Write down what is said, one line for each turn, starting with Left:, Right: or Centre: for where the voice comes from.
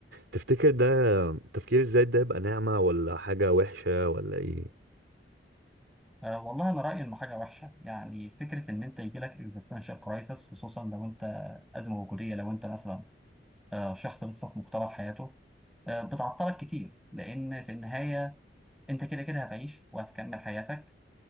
Right: تفتكر ده التفكير الزايد ده يبقى نعمة ولا حاجة وحشة ولا ايه
Centre: آه، والله انا رايي انه حاجه وحشه يعني فكره ان انت يجي لك اكزيستنشال كرايسس خصوصا لو انت ازمه وجوديه لو انت مثلا آه، شخص لسه في مقتبل حياته آه، بتعطلك كتير لان في النهايه انت كده كده هتعيش وهتكمل حياتك